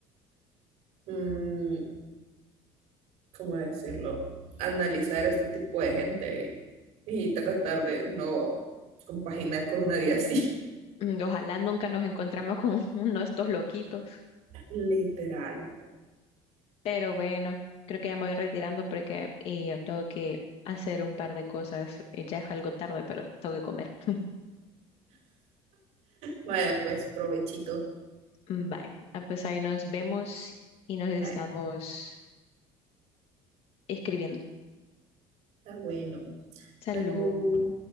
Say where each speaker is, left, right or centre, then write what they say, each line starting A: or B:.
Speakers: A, on the right; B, on the left.
A: mm, ¿cómo decirlo? Analizar este tipo de gente y, y tratar de no compaginar con nadie así.
B: Mm, Ojalá nunca nos encontremos con <laughs> uno de estos loquitos.
A: <laughs> Literal.
B: Pero bueno, creo que ya me voy retirando porque y tengo que hacer un par de cosas. Eh, Ya es algo tarde, pero tengo que comer. <laughs>
A: Vaya, pues, provechito.
B: Vale, ah, pues ahí nos vemos y nos estamos
A: Bye.
B: escribiendo.
A: Está bueno. Salud.
B: Salud.